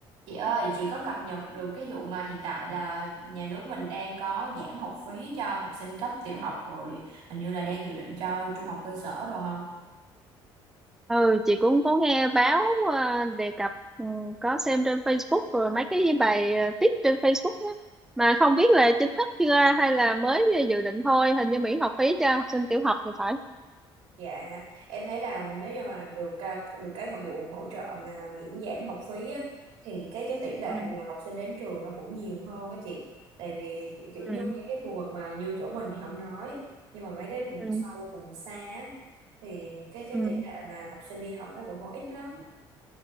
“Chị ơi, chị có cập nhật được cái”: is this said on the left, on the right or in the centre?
Right